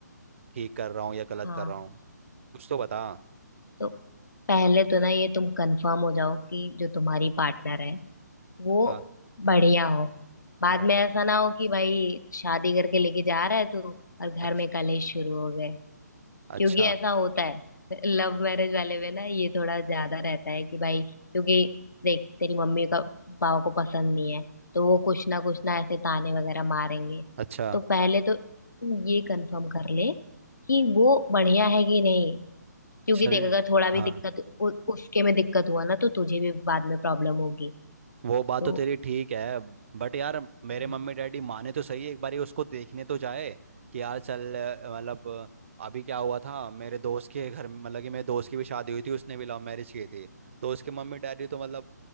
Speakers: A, on the right (about 45°); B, on the left (about 75°).
A: ठीक कर रहा हूँ या गलत
B: हाँ
A: कर रहा हूँ कुछ तो बता
B: तो पहले तो ना ये तुम कंफर्म हो जाओ कि जो तुम्हारी पार्टनर है वो
A: हाँ
B: बढ़िया हो बाद
A: बड़े
B: में ऐसा ना हो कि भाई शादी करके लेके जा रहा है तू और घर
A: अच्छा
B: में कलेश शुरू हो गए
A: अच्छा
B: क्योंकि ऐसा होता है लव मैरिज वाले में ना ये थोड़ा ज्यादा रहता है कि भाई क्योंकि देख तेरी मम्मी का पापा को पसंद नहीं है तो वो कुछ ना कुछ ना ऐसे ताने वगैरह मारेंगे
A: अच्छा
B: तो पहले तो तू ये कंफर्म कर ले कि वो बढ़िया है कि नहीं क्योंकि
A: चल
B: देख अगर थोड़ा भी
A: हाँ
B: दिक्कत उ, उसके में दिक्कत हुआ ना तो तुझे भी बाद में प्रॉब्लम होगी
A: वो बात
B: तो
A: तो तेरी ठीक है बट यार मेरे
B: हम्म
A: मम्मी डैडी माने तो सही एक बारी उसको देखने तो जाए कि यार चल अ, मतलब अ, अभी क्या हुआ था मेरे दोस्त के घर में- मतलब कि मेरे दोस्त की भी शादी हुई थी उसने भी लव मैरिज की थी तो उसके मम्मी डैडी तो मतलब